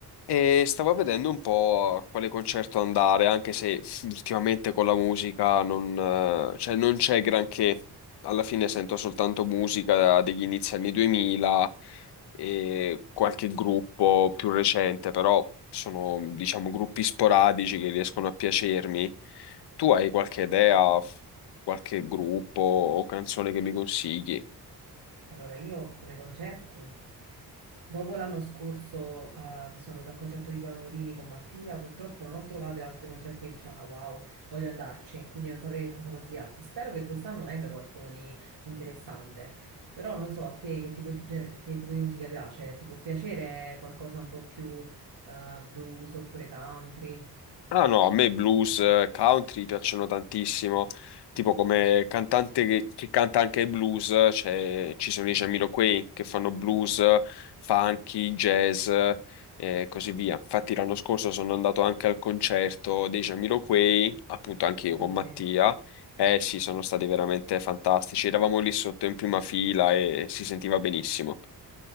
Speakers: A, on the left (about 80°); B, on the right (about 70°).
A: E stavo vedendo un po' a quale concerto andare, anche se ultimamente con la musica non, eh, cioè non c'è granché. Alla fine sento soltanto musica degli inizi anni 2000 e qualche gruppo più recente, però sono, diciamo, gruppi sporadici che riescono a piacermi. Tu hai qualche idea, qualche gruppo o canzone che mi consigli?
B: Allora, io come concerti, dopo l'anno scorso eh, che sono andata al concerto di Panorini con Mattia, purtroppo non ho trovato altri concerti che dicevo, ah wow, voglio andarci, quindi non saprei che cosa consigliarti. Spero che quest'anno venga qualcuno di interessante, però non so a te che tipo, di gen- che tipo di musica piace, ti può piacere qualcosa un po' più eh, blues oppure country?
A: Ah no, a me blues, eh, country piacciono tantissimo, tipo come cantante che, che canta anche il blues, eh, c'è- ci sono i Jamiroquai che fanno blues, eh, funky, jazz eh, e così via. Infatti l'anno scorso sono andato anche al concerto dei Jamiroquai, appunto anche
B: Beato
A: io con
B: a te.
A: Mattia, e sì, sono stati veramente fantastici, eravamo lì sotto in prima fila e si sentiva benissimo,